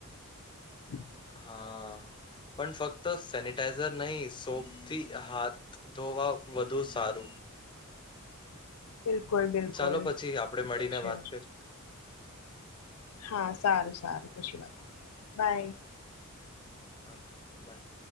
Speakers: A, on the left; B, on the left.
A: હમ <inaudible> <inaudible>
B: હા પણ ફક્ત સેનિટાઈઝર નહી સોપ થી હાથ ધોવા વધુ સારું.
A: બિલકુલ બિલકુલ
B: ચાલો પછી આપડે
A: એ
B: મળીને
A: ત છે.
B: વાત કરીએ
A: હા સારું સારું પછી વાત બાય.
B: હા બાય